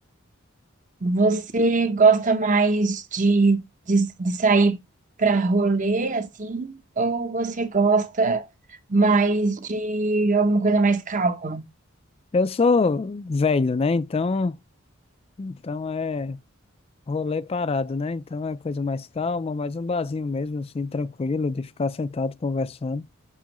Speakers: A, on the right; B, on the left.
A: Você gosta mais de, de, de sair pra rolê, assim, ou você gosta mais de alguma coisa mais calma?
B: Eu sou velho, né? Então. Então é rolê parado, né? Então é coisa mais calma, mais um barzinho mesmo, assim, tranquilo, de ficar sentado conversando.